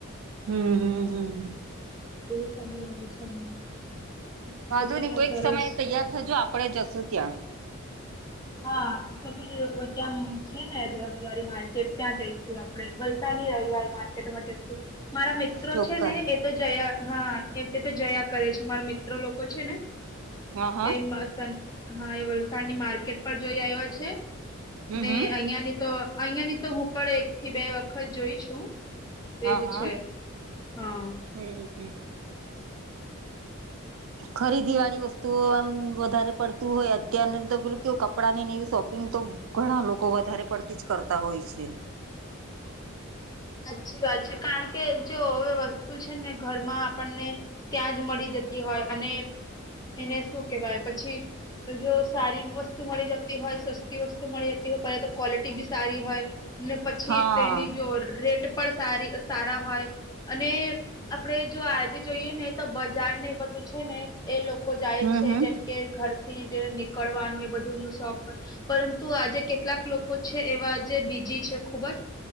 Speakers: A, on the right; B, on the left.
A: હમ હમ હમ હમ
B: બે સાંભળવાનું છે. એ ખૂબ
A: વાંધો
B: જ એમાં
A: નહી કોઈક
B: સરસ
A: સમયે તૈયાર થજો આપડે જશું ત્યાં
B: હા પ ત્યાં છે ને રવિવારી માર્કેટ ત્યાં જઈશું આપડે વલસાની રવિવાર માર્કેટ <unintelligible> મારા મિત્રો
A: ચોક્કસ
B: છે ને એ તો જયા હા એમ કે તો જયા કરે છે મારા મિત્રો લોકો છે ને
A: હા હા
B: એમાંસા હા એ વલસાડની માર્કેટ પર જોઈ આવ્યા છે
A: હમ
B: ને
A: હમ
B: અહિયાંની તો અહિયા ની તો હું પણ એક થી બે વખત જોઈ છું
A: હ હ
B: એવું છે હા
A: હમ હમ ખરીદી વાળી વસ્તુઓ આમ વધારે પડતું હોય અત્યાર તો પેલું કે કપડાં ની ન એવી શોપિંગ તો ઘણા લોકો વધારે પડતી જ કરતા હોય છે.
B: સાચી વાત છે કારણ કે જો હવે વસ્તુ છે ને ઘરમાં આપણને ત્યાં જ મળી જતી હોય અને એને શું કેવાય પછી જો સારી વસ્તુ મળી જતી હોય સસ્તી વસ્તુ મળી જતી હોય પેલા તો ક્વોલિટી બી સારી હોય ને પછી
A: હા
B: તેની જો રેટ પણ સારી સારા હોય અને આપડે જો આજે જોઈએ ને તો બજાર ને બધું છે ને એ લોકો જાય
A: હમ
B: છે
A: હમ
B: જેમ કે ઘરથી જે નીકળવાનું એ બધું નું શોખ હોય પરંતુ આજે કેટલાક લોકો છે એવા જે બીજી છે ખુબ જ